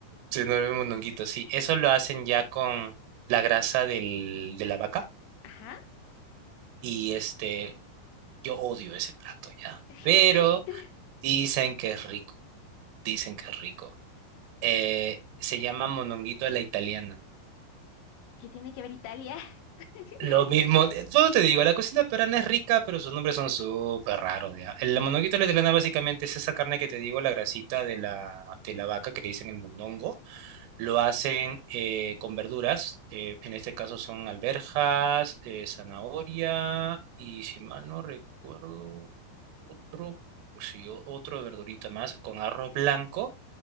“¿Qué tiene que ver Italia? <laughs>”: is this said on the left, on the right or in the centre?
Left